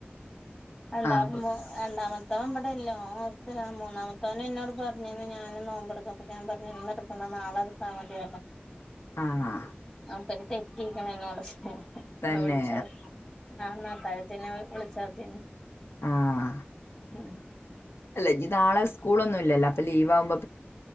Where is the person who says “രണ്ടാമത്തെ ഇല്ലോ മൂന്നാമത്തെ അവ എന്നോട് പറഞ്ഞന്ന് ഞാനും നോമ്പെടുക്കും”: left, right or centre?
Left